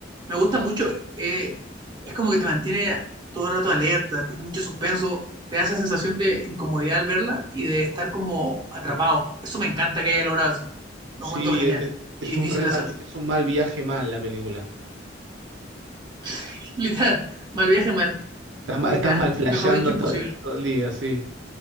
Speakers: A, on the right; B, on the right.
A: Me gusta mucho, eh, es como que te mantiene todo el rato alerta, tiene mucho suspenso, te da esa sensación de incomodidad al verla y de estar como atrapado. Eso me encanta que haya logrado eso. Lo
B: Sí,
A: encuentro genial
B: e- e-
A: y
B: es
A: difícil
B: un re
A: de
B: mal,
A: hacer.
B: es un mal viaje mal la película.
A: <laughs> Literal, mal viaje, mal.
B: Estás,
A: Literal,
B: ma- estás mal flasheando
A: mejor dicho,
B: todo,
A: imposible.
B: todo el día, sí.